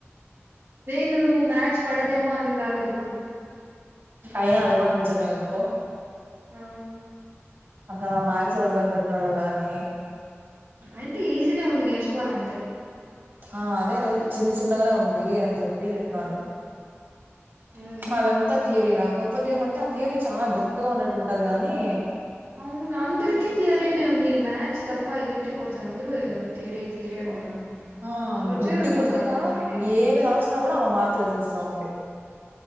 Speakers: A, on the right; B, on the right.
A: నేను నువ్వు మ్యాచ్ పడదేమో అందుకు రాలేదేమో అనుకున్నా
B: అయినా అది కూడా నిజమే ఆనుకో
A: ఆ
B: అసలు ఆ మ్యాక్స ఎవడు కనిపెట్టినాడు గానీ
A: అంటే ఈజీనే ఉంది నేర్చుకోవాలంతే
B: ఆ అదే అదే చిన్న చిన్నగానే ఉంది అని చెప్పి ఇది చెప్పారు
A: హ్మ్ హ్మ్
B: మాదంతా తీయరీ రా కాకపోతే ఏమంటే ఆ తీరి చాలా దట్టుగా ఉన్నట్టు ఉంటది కానీ
A: అవును అందరికే తియారీనే ఉంది మ్యాథ్స్ తప్ప ఎలక్ట్రిక్ కోర్స్ అందరూ తీరే తీరే అంటున్నారు
B: ఆ
A: ఎవరు
B: గుడ్డు
A: చదువుతార్రా
B: గుర్తుగా
A: నాయన టీ
B: ఏమి రాసినా కూడా ఆమె మార్కులు వేసేస్తాంది